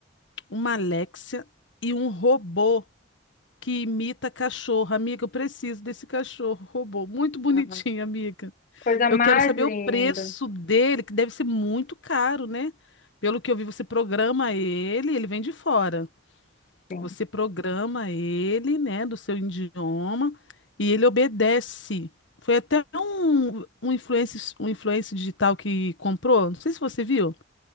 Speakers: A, on the left (about 75°); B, on the left (about 45°).
A: uma Alexia e um robô que imita cachorro. Amiga, eu preciso desse cachorro, robô. Muito bonitinho,
B: Ah,
A: amiga.
B: coisa mais
A: Eu quero saber
B: linda,
A: o preço dele, que deve ser muito caro, né? Pelo que eu vi, você programa ele, ele vem de fora.
B: sim.
A: Você programa ele, né, do seu idioma, e ele obedece. Foi até um, um influencer, um influencer digital que comprou, não sei se você viu.